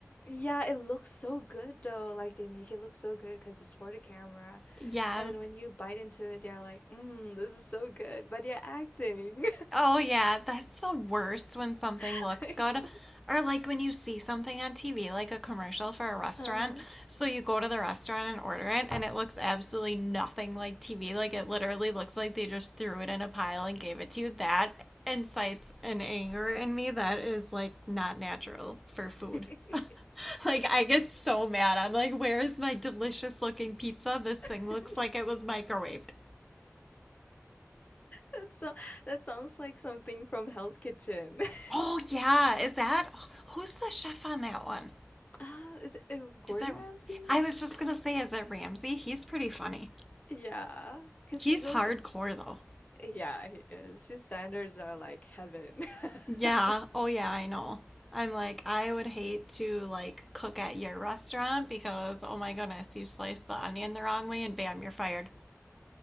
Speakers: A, on the left; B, in the centre.
A: Yeah, it looks so good though. Like they make it look so good because it's for the camera.
B: <laughs> yeah,
A: And then when you bite into it, they're like, "Mmm, this is so good." But you're acting.
B: Oh, yeah, that's the worst when something
A: <laughs>
B: looks good. Or like when you see something on TV, like a commercial for a restaurant.
A: Uh-huh.
B: So you go to the restaurant and order it, and it looks absolutely nothing like TV. Like it literally looks like they just threw it in a pile and gave it to you. That incites an anger in me that is like not natural for
A: <laughs>
B: food. <laughs>
A: Yeah.
B: like I get so mad. I'm like, where is my delicious looking pizza? This thing
A: <laughs>
B: looks like it was microwaved.
A: That so that sounds like something from Hell's Kitchen. <laughs>
B: Oh yeah, is that who's the chef on that one?
A: Ah, is it uh, Gordon
B: Is that
A: Ramsay?
B: I was just gonna say, is it Ramsay? He's pretty funny.
A: Yeah, because
B: He's
A: he goes,
B: hardcore though.
A: yeah, he is. His standards are like heaven.
B: Yeah.
A: <laughs>
B: Oh yeah, I know. I'm like, I would hate to like cook at your restaurant because oh my goodness, you sliced the onion the wrong way and bam, you're fired.